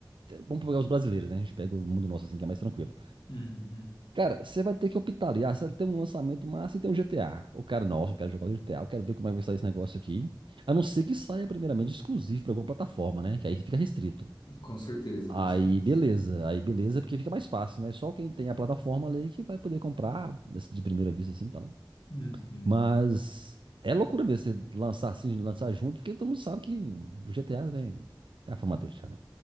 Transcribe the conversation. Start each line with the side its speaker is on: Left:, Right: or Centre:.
Right: Vamos pegar os brasileiros, né? A gente pega o mundo nosso assim, que é mais tranquilo.
Left: Uhum,
Right: Cara, você vai ter que optar ali. Ah, você tem um lançamento massa e tem um GTA. O cara, nossa, eu quero jogar o GTA, eu quero ver como é que vai sair esse negócio aqui. A não ser que saia primeiramente exclusivo pra alguma plataforma, né? Que aí fica restrito.
Left: Com certeza,
Right: Aí
Left: com certeza.
Right: beleza, aí beleza, é porque fica mais fácil, né? Só quem tem a plataforma ali que vai poder comprar de primeira vista assim e tal.
Left: uhum.
Right: Mas é loucura mesmo você lançar assim, lançar junto, porque todo mundo sabe que o GTA tem, tem a fama dele já, né?